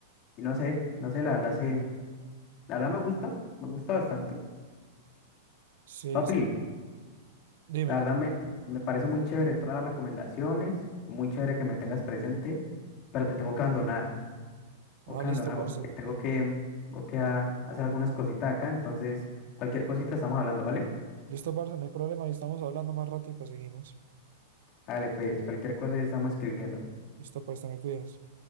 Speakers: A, on the left; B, on the right.
A: y no sé, no sé, la verdad se, la verdad me gusta, me gusta bastante.
B: Sí,
A: Papi,
B: es- dime.
A: la verdad me, me parece muy chévere todas las recomendaciones, muy chévere que me tengas presente, pero te tengo que abandonar.
B: Ah,
A: Ok,
B: listo,
A: Andona,
B: parce.
A: porque tengo que, tengo que ah, hacer algunas cositas acá, entonces cualquier cosita estamos hablando, ¿vale?
B: Listo, parce, no hay problema. Ahí estamos hablando más rato y pues seguimos.
A: Hágale pues, cualquier cosa estamos escribiendo.
B: Listo, pues, te me cuidas.